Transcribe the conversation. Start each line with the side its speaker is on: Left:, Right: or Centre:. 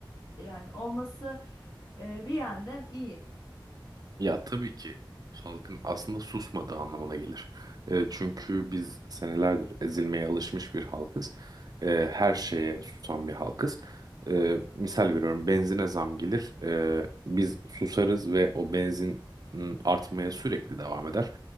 Left: yani olması e, bir yandan iyi.
Right: Ya tabii ki halkın aslında susmadığı anlamına gelir. E, çünkü biz senelerdir ezilmeye alışmış bir halkız. E, her şeye susan bir halkız. E, misal veriyorum benzine zam gelir. E, biz susarız ve o benzin m, artmaya sürekli devam eder.